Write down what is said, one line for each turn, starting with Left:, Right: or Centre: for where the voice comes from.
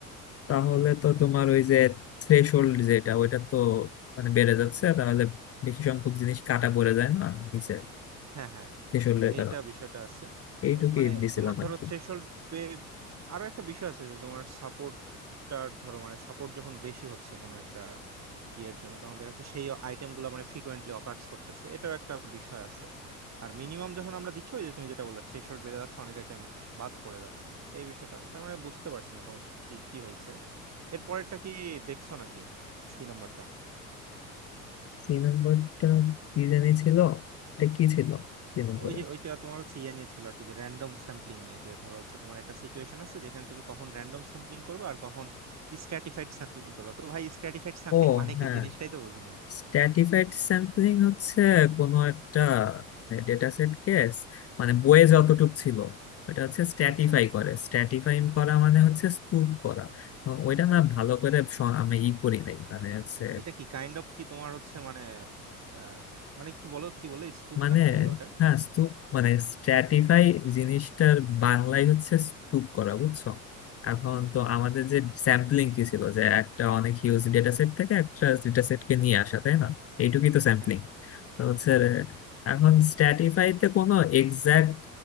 Left: তাহলে
Right: হুম হুম
Left: তো তোমার ওই যে থ্রেশহোল্ড যেটা ওইটা তো মানে বেড়ে যাচ্ছে তাহলে বেশি সংখ্যক জিনিস কাটা পড়ে যায় না নিচে
Right: হ্যাঁ হ্যাঁ
Left: থ্রেশহোল্ডের
Right: এইটা
Left: কারণে
Right: বিষয়টা আছে
Left: এইটুকুই
Right: এ, মানে
Left: দিছিলাম
Right: তোমার ধরো
Left: আর কি
Right: থ্রেশহোল্ড আরো একটা বিষয় আছে যে তোমার সাপোর্ট সাপোর্টটার ধরো মানে সাপোর্ট যখন বেশি হচ্ছে কোনো একটা ইয়ের জন্য তখন দেখা যাচ্ছে সেই আইটেমগুলো মানে ফ্রিকোয়েন্টলি অকার্স করতেছে এটাও একটা বিষয় আছে আর মিনিমাম যখন আমরা দিচ্ছি ওই যে তুমি যেটা বললে থ্রেশহোল্ড বেড়ে যাচ্ছে অনেক আইটেম বাদ পড়ে যাচ্ছে এই বিষয়টা আছে তার মানে বুঝতে পারছি মোটামুটি ঠিকই হয়েছে এর পরেরটা কি দেখছো নাকি সি নাম্বারটা
Left: সি নাম্বারটা কি জানি ছিল এটা কি ছিল সি নম্বরে
Right: ওই যে ওইটা তোমার হচ্ছে ইয়ে নিয়ে ছিল আর কি যে র্যান্ডম স্যাম্পলিং নিয়ে যে ধরো হচ্ছে তোমার একটা সিচুয়েশন আছে যেখানে তুমি কখন র্যান্ডম স্যাম্পলিং করবে আর কখন স্ট্র্যাটিফাইড স্যাম্পলিং করবে তো ভাই স্ট্র্যাটিফাইড স্যাম্পলিং
Left: ও
Right: মানে
Left: হ্যাঁ
Right: কি জিনিসটাই তো বুঝি নাই
Left: স্ট্র্যাটিফাইড স্যাম্পলিং হচ্ছে কোনো একটা ডেটা সেট কেস মানে বইয়ে যতটুক ছিল ওটা হচ্ছে স্ট্র্যাটিফাই
Right: আচ্ছা
Left: করে স্ট্র্যাটিফাই করা মানে হচ্ছে স্তূপ করা আহ, ওইটা না ভালো করে স- আমি ই করি নাই মানে হচ্ছে
Right: এটা কি কাইন্ড অফ কি তোমার হচ্ছে মানে আহ, মানে একটু বলো কি বলে স্তূপ
Left: মানে
Right: না কি বললো ওটা
Left: হ্যাঁ স্তূপ মানে স্ট্র্যাটিফাই জিনিসটার বাংলায় হচ্ছে স্তূপ করা বুঝছো এখন তো আমাদের যে স্যাম্পলিং কি ছিল যে একটা অনেক হিউজ ডেটা সেট থেকে একটা ডেটা সেটকে নিয়ে আসা তাই না এইটুকুই তো স্যাম্পলিং
Right: হ্যাঁ
Left: তো হচ্ছে
Right: রাইট
Left: রে, এখন স্ট্র্যাটিফাইতে কোনো এক্সাক্ট